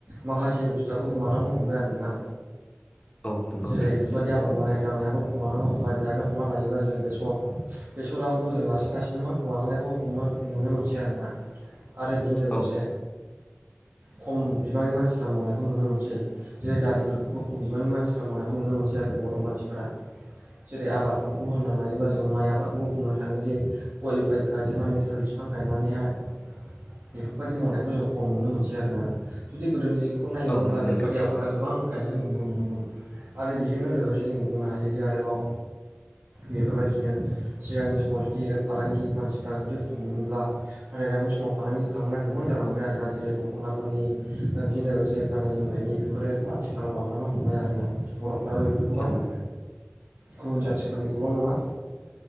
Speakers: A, on the right; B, on the left.
A: माखासे बुस्थुआबो गोमालांनो हमबाय आरो ना
B: औ नंगौ
A: जेरै
B: नोंथां
A: बेबायदि आबाद मावनाय दांनायाबो खम लांनो हमबाय जानो हमना लायोबा जों बेसर बेसराखौबो जों लासै लासैनो मा खमालांनायखौ हम नुनो मोनसै आरोना आरो बेजों लोगोसे
B: औ
A: खम बिबांनि मानसिफ्रा मावनायखौ नुनो मोनसै। जेरै दालिफोरखौबो खम बिबाननि मानसिफ्रा मावनायखौ नुनो मोनसै आरो बर' मानसिफोरा। जेरै आबादफोरखौ होनना लायोब्ला जों माइ आबादखौबो बुंनो थाङोदि गय बाय गायजोबनानै थालिर बिफां गायनानैहाय बेफोरबायदि मावनायखौ जों खम नुनो मोनसै आरोना जुदि गोदोनि बेखौ नायोमोनब्ला
B: औ नंगौ
A: बेफोरबायदि
B: नोंथां
A: आबादा गोबां गायनायखौ नुनो मोनोमोन। आरो बेजोंनो लोगोसे जों बुंनो हायोदि आरोबाव बेफोरबायदिनो सिगांनि समाव जुदि फालांगि मानसिफ्रा जुदि खम मोनब्ला नाथाय दानि समाव फालांगि खालामनाया गोबां जालांबाय आरोना जेरै दख'नाफोरनि बेदिजों लोगोसे गाननाय जोमनायनि। बेफोरो मा आथिखालाव बांलानो हमबाय आरोना बर'फ्राबो बेफोरखौहाय
B: औ
A: मा गुबुन जाथिफोरनिखौल' नङा।